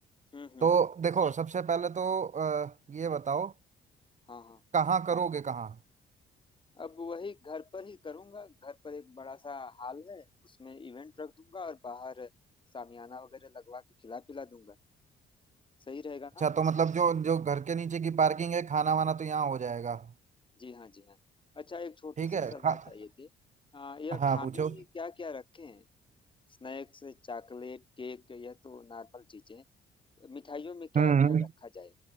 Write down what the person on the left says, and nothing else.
हम्म हम्म
हाँ हाँ
अब वही घर पर ही करूंगा घर पर एक बड़ा सा हॉल है उसमें इवेंट रख दूंगा और बाहर शामियाना वगैरह लगवा के खिला पिला दूंगा सही रहेगा
ना
जी हाँ जी हाँ अच्छा एक छोटी
सी
सलाह
चाहिए थी आ, यह
खाने
में क्या क्या रखें स्नैक्स चॉकलेट केक यह तो नॉर्मल चीजें मिठाइयों में क्या
क्या रखा जाए